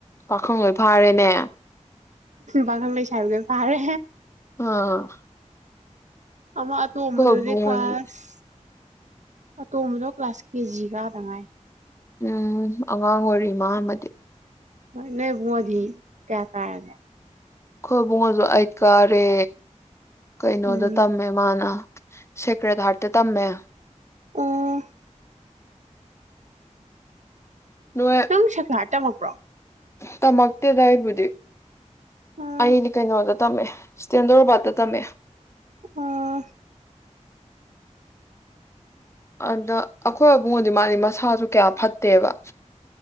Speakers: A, on the left; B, on the right.
A: ꯄꯥꯈꯪ ꯂꯣꯏ ꯐꯥꯔꯦꯅꯦ
B: ꯄꯥꯈꯪ ꯂꯩꯁꯥꯕꯤ ꯂꯣꯏ ꯐꯥꯔꯦ
A: ꯑ
B: ꯑꯃ ꯑꯇꯣꯝꯕꯗꯨꯗꯤ
A: ꯏꯕꯨꯡꯉꯣꯁꯨ
B: ꯀ꯭ꯂꯥꯁ ꯑꯇꯣꯝꯕꯗꯣ ꯀ꯭ꯂꯥꯁ ꯀꯦꯖꯤ ꯀꯥꯗ ꯉꯥꯏ
A: ꯎꯝ <unintelligible> ꯉꯥꯡ ꯑꯣꯏꯔꯤ ꯃꯥꯃꯗꯤ
B: ꯍꯣꯏ ꯅꯣꯏ ꯑꯕꯨꯉꯣꯗꯤ ꯀꯌꯥ ꯀꯥꯔꯒꯦ
A: ꯈꯣꯏ ꯑꯕꯨꯉꯣꯖꯨ ꯑꯥꯏꯠ ꯀꯥꯔꯦ ꯀꯩꯅꯣꯗ
B: ꯎꯝ
A: ꯇꯝꯃꯦ ꯃꯥꯅ ꯁꯦꯀꯔ꯭ꯦꯠ ꯍꯥꯔꯠꯇ ꯇꯝꯃꯦ
B: ꯑꯣ
A: ꯅꯣꯏ
B: ꯅꯪ ꯁꯦꯀ꯭ꯔꯥꯠ ꯇꯝꯃꯛꯄ꯭ꯔꯣ
A: ꯇꯃꯛꯇꯦꯗ ꯑꯩꯕꯨꯗꯤ
B: ꯑꯣ
A: ꯑꯩꯅ ꯀꯩꯅꯣꯗꯠ ꯇꯝꯃꯦ ꯁꯇꯦꯟꯗꯔꯔꯣꯕꯥꯠꯇ ꯇꯝꯃꯦ
B: ꯑꯥ
A: ꯑꯗ ꯑꯈꯣꯏ ꯑꯕꯨꯡꯉꯣꯗꯤ ꯃꯥꯗꯤ ꯃꯁꯥꯖꯨ ꯀꯌꯥ ꯐꯠꯇꯦꯕ